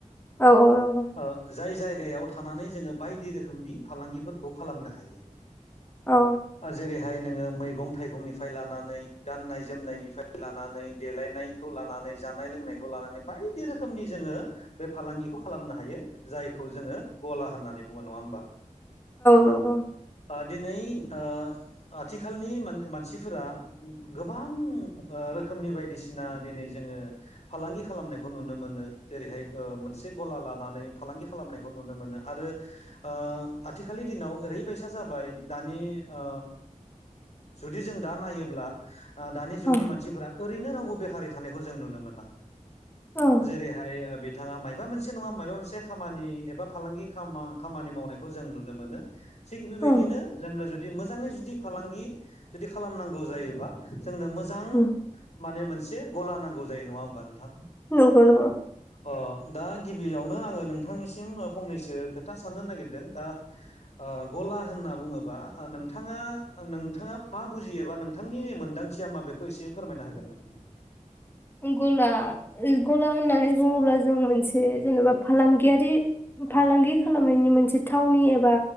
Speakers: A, on the left; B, on the left.
A: औ औ औ नंगौ।
B: ओ जाय जायगायाव थानानै जोङो बायदि रोखोमनि फालांगिफोरखौ खालामनो हायो।
A: औ
B: आ जेरै हाय नोङो मैगं थाइगंनिफ्राय लानानै गाननाय जोमनायनिफ्राय लानानै देलायनायखौ लानानै जानाय लोंनाय लानानै बायदि रोखोमनि जोङो बे फालांगिखौ खालामनो हायो जायखौ जोङो गला होननानै होननानै बुङो नङा होमबा?
A: नंगौ औ
B: दिनै ओ आथिखालनि मानसिफोरा गोबां ओ रोखोमनि बायदिसिना दिनै जोङो फालांगि खालामनायखौ नुनो मोनो जेरैहाय मोनसे गला लानानै फालांगि खालामनायखौ नुनो मोनो आरो ओ आथिखालनि दिनाव ओरैबायसा जाबाय दानि ओ जुदि जों दा नायोब्ला ओ दानि जुगनि
A: औ
B: मानसिफोरा ओरैनो रावबो बेखारै थानायखौ जों नुनो मोना।
A: औ
B: जेरैहाय बिथाङा मायबा मोनसे नङा मायबा मोनसे खामानि एबा फालांगि खामानि मावनायखौ जों नुनो मोनो। थिग बेबायदिनो
A: औ
B: जोंनो जुदि मोजाङै जुदि फालांगि जुदि खालामनांगौ जायोबा जोंनो मोजां
A: उम,
B: माने मोनसे गला नांगौ जायो नङा होमबा नोंथां।
A: नंगौ नंगौ
B: अ दा गिबियावनो आङो नोंथांनिसिम फंनैसो खोथा साननो नागिरदों दा ओ गला होनना बुङोबा नोंथाङा नोंथाङा मा बुजियोबा नोंथांनि मोनदांथिया मा बेखौ एसे फोरमायना होगोन नामा?
A: गला गला होननानै बुङोब्ला जों मोनसे जेनेबा फालांगियारि फालांगि खालामनायनि मोनसे थावनि एबा